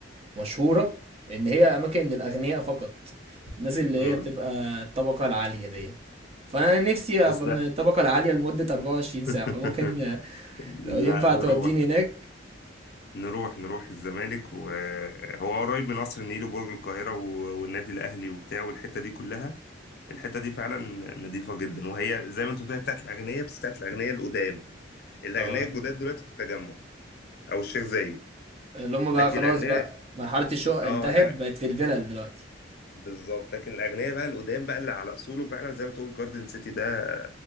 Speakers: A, on the right; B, on the left.
A: مشهورة ان هي اماكن للاغنياء فقط الناس اللي
B: امم
A: هي بتبقى الطبقة العالية ديت فانا نفسي ابقى
B: بص بقى
A: من الطبقة العالية لمدة 24 ساعة
B: <laughs>
A: فممكن آه، لو ينفع
B: لا نروح
A: توديني هناك
B: نروح نروح الزمالك وهو قريب من قصر النيل وبرج القاهرة و- والنادي الأهلي وبتاع والحتة دي كلها الحتة دي فعلا نضيفة جدا وهي زي ما انت قلت هي بتاعت الأغنياء بس بتاعت الأغنياء القدام الأغنياء
A: اه
B: الجداد دلوقتي في التجمع أو الشيخ زايد
A: اللي هم بقى
B: لكن
A: خلاص
B: الأغنياء
A: بقى مرحلة الشقق انتهت
B: اه لا
A: بقت في الفلل دلوقتي
B: بالظبط لكن الأغنياء بقى القدام بقى اللي على أصوله فعلا زي ما تقول جاردن سيتي ده